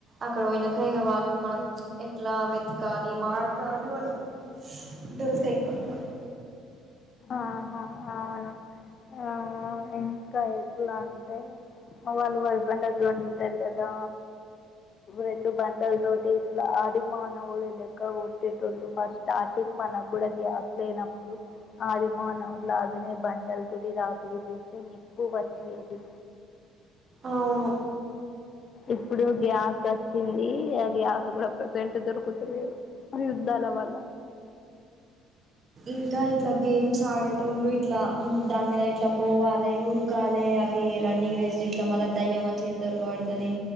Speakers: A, on the right; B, on the left.
A: అక్కడ పోయినంక వాళ్ళు మనం ఎట్లా వెతకాలి మార్గాలు అని దొరకతయి పోమని
B: ఆహా అవును ఆ ఎంత ఇద్ ఎట్లా అంటే వాళ్ళు వైఫ్ అండ్ హస్బెండ్ ఉంటారు కదా రెండు బండల తోటి ఇట్లా ఆదిమానవుడి లెక్క కొట్టేటోల్లు ఫస్ట్ స్టార్టింగ్ మన అప్పుడే గ్యాప్ లేనప్పుడు అదిమానవుడిలా లాగానే బండలతోటి రాపిడి చేస్తే నిప్పు వచ్చేది.
A: అవును
B: ఇప్పుడు గ్యాస్ వచ్చింది ఆ గ్యాస్ కూడా ప్రజెంట్ దొరుకుతలేదు. యుద్ధాల వల్ల
A: ఇంకా ఇట్లా గేమ్స్ ఆడేటోళ్లు ఇట్లా ఉమ్ దాని మీద ఇట్లా పోవాలి ఉరకాలే అవి రన్నింగ్ రేస్ ఇట్లా మళ్ళా దయ్యం వచ్చి దొరకబడతది